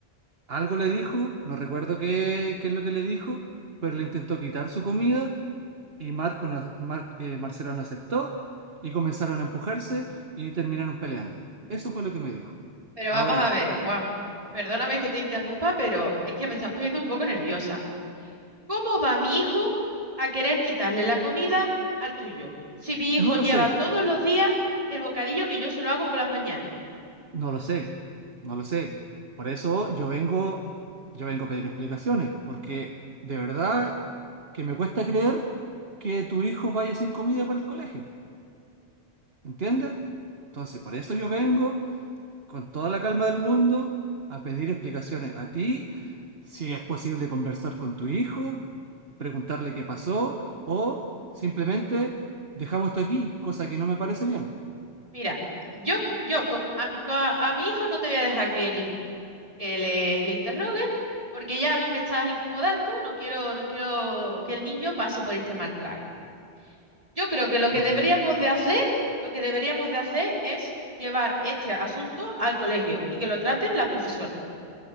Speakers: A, on the right (about 65°); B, on the right (about 30°).
A: algo le dijo, no recuerdo qué, qué es lo que le dijo, pero le intentó quitar su comida y Marco no- Mar- eh, Marcelo no aceptó y comenzaron a empujarse y terminaron peleando. Eso fue lo que me dijo.
B: Pero
A: Ahora,
B: vamos a ver, Juan, perdóname que te interrumpa, pero es que me estás poniendo un poco nerviosa. ¿Cómo va mi hijo a querer quitarle la comida al tuyo? Si mi hijo
A: no lo
B: lleva
A: sé,
B: todos los días el bocadillo que yo se lo hago por las mañanas.
A: No lo sé, no lo sé. Por eso yo vengo, yo vengo a pedir explicaciones, porque de verdad que me cuesta creer que tu hijo vaya sin comida para el colegio, ¿entiendes? Entonces, por eso yo vengo con toda la calma del mundo a pedir explicaciones a ti, si es posible conversar con tu hijo, preguntarle qué pasó, o simplemente dejamos esto aquí, cosa que no me parece bien.
B: Mira, yo, yo con- a, con- a mi hijo no te voy a dejar que, él- que le, le interrogues, porque ya a mí me estás incomodando, no quiero, no quiero que el niño pase por este mal trago. Yo creo que lo que
A: Ok,
B: deberíamos de hacer, lo que deberíamos de hacer es llevar este asunto al colegio y que lo traten las profesoras.